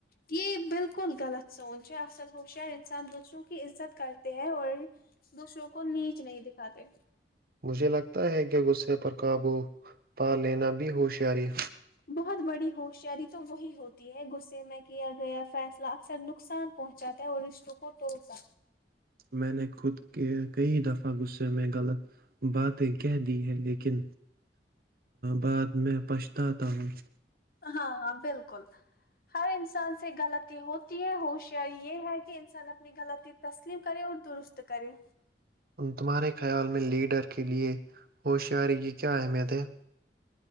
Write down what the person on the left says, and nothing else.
یہ بالکل غلط سچ آصل ہو شاری انسان دوسروں کی عزت کرتے ہیں اور دوسروں کو نیچ نہیں دکھاتے
بہت بڑی ہوشیاری تو وہی ہوتی ہے غصے میں کیا گیا فیصلہ اکثر نقصان پہنچاتا ہے اور رشتوں کو توڑتا
ہاں ہاں بالکل ہر انسان سے غلط ہوتی ہے ہوشیاری یہ ہے کہ انسان اپ اپنی غلطی تسلیم کرے اور درست کریں